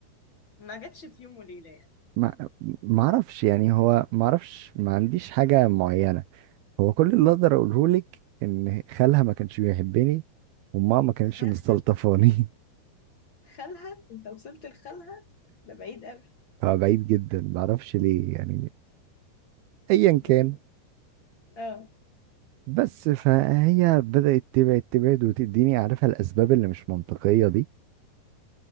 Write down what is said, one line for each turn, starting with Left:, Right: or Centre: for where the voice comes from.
Left: ما جاتش في يوم وليله يعني
Right: ما ما أعرفش يعني هو ما أعرفش ما عنديش حاجة معينة هو كل اللي أقدر أقوله لك إن خالها ما كانش بيحبني وماما ما كانتش
Left: خالها
Right: مستلطفاني
Left: خالها انت وصلت لخالها ده بعيد قوي
Right: <laughs> هو بعيد جدا ما أعرفش ليه يعني أيا كان
Left: يعني اه
Right: بس فهي بدأت تبعد تبعد وتديني عارفة الأسباب اللي مش منطقية دي